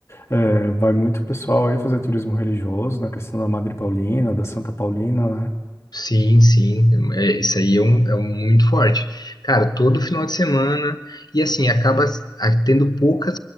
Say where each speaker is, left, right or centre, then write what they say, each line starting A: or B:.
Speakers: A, on the left; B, on the left.
A: é, vai muito pessoal aí fazer turismo religioso, na questão da Madre Paulina, da Santa Paulina, né?
B: Sim, sim, é, isso aí é, um, é um muito forte. Cara, todo final de semana, e assim, acaba s- a- tendo poucos